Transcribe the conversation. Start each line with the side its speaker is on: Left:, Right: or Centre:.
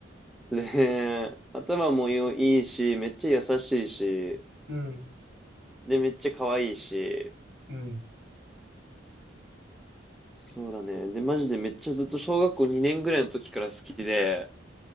Centre: で、頭もいいし、めっちゃ優しいし、
Right: うん、
Centre: で、めっちゃ可愛いし、
Right: うん、
Centre: そうだね。で、マジでめっちゃずっと小学校2年ぐらいの時から好きで、